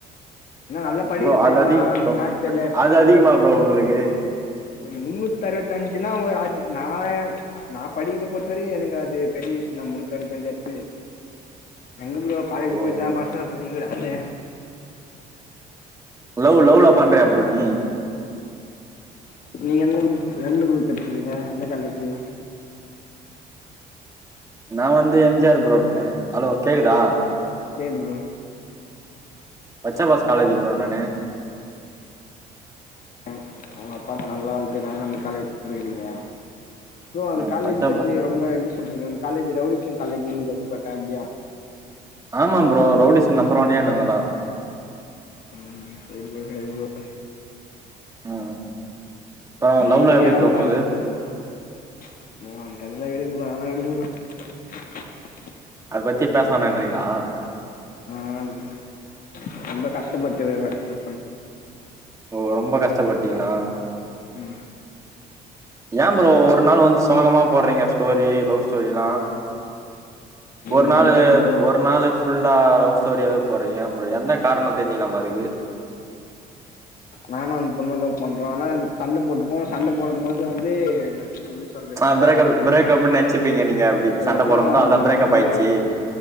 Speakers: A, on the left; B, on the right.
A: ஆனா நல்லா படிக்குற
B: ப்ரோ
A: பையந்தா
B: அது அதிக
A: என்னாச் தெர்ல பசங்கூட
B: அது அதிகமா
A: சேந்து
B: ப்ரோ உங்களுக்கு
A: அ முன்னூத்தறுவத்தஞ்சுனா வ அது நா நா படிக்கிறத பொறுத்த வரைக்கு எனக்கு அது பெரிய விஷ் நா முன்னூதறுவத்தஞ்சு எட்த்தது எங்க ப்ரோ காலேஜு
B: ஓஹோ
A: போய்ட்டுதா பசங்க படிக்கவிடாதே
B: லவ் லவ்லா பண்றியா ப்ரோ நீ
A: நீங்க எந்த குரூப் எந்த குரூப் எட்த்துக்கிறீங்க எந்த காலேஜு
B: நா வந்து எம் ஜி ஆர் ப்ரோட்னு ஹலோ கேக்குதா
A: கேக்குது ப்ரோ
B: பச்சபாஸ் காலேஜு ப்ரோ நானு
A: ம் அவுங்க அப்பா அம்மா நல்லா வளத்துக்றாங்க அந்த காலேஜு படிக்கிறீங்க ப்ரோ அந்த
B: ம்
A: காலேஜு
B: பச்சாபா
A: பத்தி ரொம்ப எப்டி சொல்றது அந்த காலேஜு ரவ்டிஸம் காலேஜுனு கேள்விபட்டே அப்டியா
B: ஆமா ப்ரோ ரவுடிஸ்க்கு நம்பர் ஒன்னே நாங்கதா
A: <inaudible>
B: ம் அப்றோ லவ்லா
A: நீங்க
B: எப்டி
A: எவ்ளோ
B: ப்ரோ
A: மாருவீங்க
B: போது
A: <unintelligible> வேணா விடுங்க ப்ரோ
B: அது பத்தி பேச வேணான்றிங்ளா
A: வேணா விடுங்க ரொம்ப கஷ்டப்பட்டுருக்கறே <inaudible>
B: ஓ ரொம்ப கஷ்டப்பட்டீங்ளா
A: ம்
B: ஏ ப்ரோ ஒரு நாள் வந்து சோகமா போட்றீங்க ஸ்டோரி லவ் ஸ்டோரிலா ஒரு
A: நான்
B: நாளு
A: அப்படிதான் ப்ரோ
B: ஒரு நாளு ஃபுல்லா லவ் ஸ்டோரியாவே போட்றீங்க ஏ ப்ரோ என்ன காரணோ தெரிஞ்சிக்கிலாமா அதுக்கு
A: நானு அந் பொண்ணு லவ் பண்றோ ஆனா அந் சண்ட போட்டுப்போ சண்ட போடம்மோது வந்தேம் ச்ச எப்டி சொல்றது
B: ஆ
A: நல்லா
B: பிரேக்கப்
A: போடுவே
B: பிரேக்கப்னு நெனச்சுப்பீங்க நீங்க அப்டி
A: அதுக்கப்பறோம்
B: சண்ட போடும்போது அதா பிரேக்கப்
A: சண்ட
B: ஆயிடுச்சு